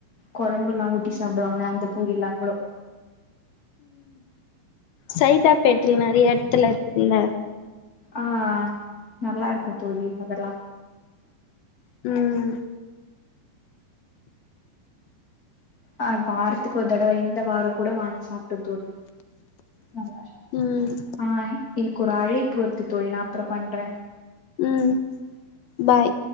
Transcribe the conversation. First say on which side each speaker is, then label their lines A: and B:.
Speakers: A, on the left; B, on the left.
A: கொழம்புல்லா ஊத்தி சாப்டுவாங்கள அந்த பூரிலாங்கொட
B: சைதாப்பேட்றி நெறைய எடத்துல இருக்குல்ல
A: ஆ நல்லாருக்கும் தோழி அதெல்லா
B: ம்
A: ஆ வாரத்துக்கு ஒரு தடவ இந்த வார கூட வாங்கிச்ச சாப்ட்டோ தோழி நல்லா
B: ம்
A: ஆ எனக்கு ஒரு அழைப்புறுத்து தோழி நா அப்பற பண்றே
B: ம் பாய்